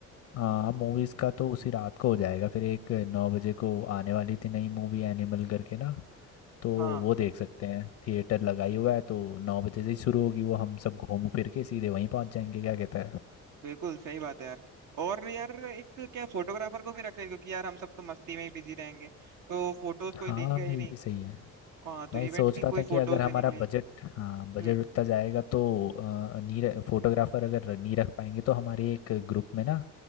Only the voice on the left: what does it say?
हाँ मूवीज़ का तो उसी रात को हो जाएगा फिर एक नौ बजे को आने वाली थी नई मूवी एनिमल करके ना तो
वो देख सकते हैं थिएटर लगाई हुआ है तो नौ बजे से ही शुरू होगी वो हम सब घूम फिर के सीधे वहीं पहुंच जाएंगे क्या कहता है
हाँ
ये
भी सही है
मैं
सोच
रहा
था कि
अगर हमारा
बजट हाँ बजट
उतना जाएगा तो अ, नीर फोटोग्राफर अगर नहीं रख पाएंगे तो हमारे एक ग्रुप में ना